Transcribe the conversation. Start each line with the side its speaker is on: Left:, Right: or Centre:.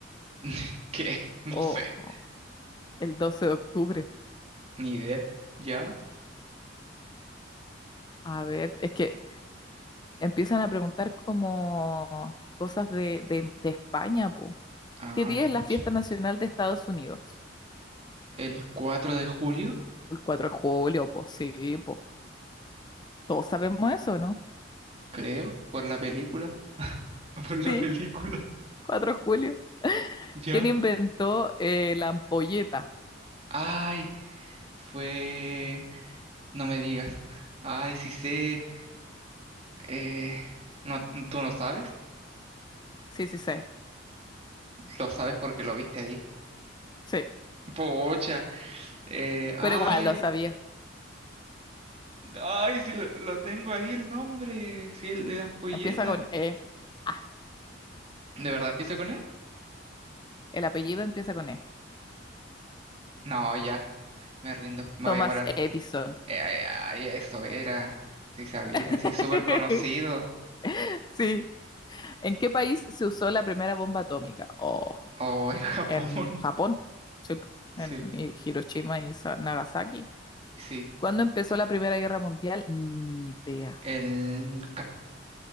Right: <laughs> ¿Qué? No
Left: Oh.
Right: sé.
Left: El 12 de octubre.
Right: Ni idea. ¿Ya?
Left: A ver, es que empiezan a preguntar como cosas de, de, de España, po.
Right: Ah,
Left: ¿Qué día
Right: pucha.
Left: es la fiesta nacional de Estados Unidos?
Right: El 4 de julio,
Left: El cuatro de julio, po, sí, po. Todos sabemos eso, ¿no?
Right: creo. Por la película. <laughs> Por la
Left: Sí,
Right: película.
Left: 4 de julio. <laughs>
Right: ¿Ya?
Left: ¿Quién inventó eh, la ampolleta?
Right: Ay, fue... No me digas. Ay, sí sé. Eh... No, ¿tú no sabes?
Left: Sí, sí, sí,
Right: Lo sabes porque lo viste ahí.
Left: sí.
Right: Pocha. Eh... Ay.
Left: Pero igual lo sabía.
Right: Ay, si lo, lo tengo ahí el nombre. Si el de la ampolleta.
Left: Empieza con E. Ah,
Right: ¿De verdad empieza con E?
Left: el apellido empieza con E.
Right: No, ya, me rindo, me
Left: Thomas
Right: voy a morar.
Left: Edison.
Right: Eh, Ay, ay, eso era, sí sabía,
Left: <laughs>
Right: sí es súper conocido.
Left: Sí. ¿En qué país se usó la primera bomba atómica? Oh.
Right: Oh, en <laughs> Japón,
Left: en Japón, sí, po,
Right: sí,
Left: en Hi- Hiroshima y Sa- Nagasaki.
Right: sí.
Left: ¿Cuándo empezó la Primera Guerra Mundial? Ni idea.
Right: El